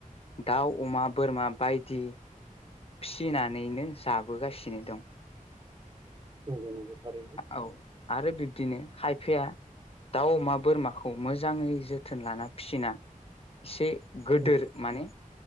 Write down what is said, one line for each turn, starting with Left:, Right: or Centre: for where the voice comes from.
Left: दाउ अमा बोरमा बायदि फिनानैनो जाबोगासिनो दं
Right: नंगौ नंगौ थारैनो
Left: औ आरो बिब्दिनो खायफाया दाउ अमा बोरमाखौ मोजाङै जोथोन लाना फिसिना एसे गोदोर
Right: औ
Left: माने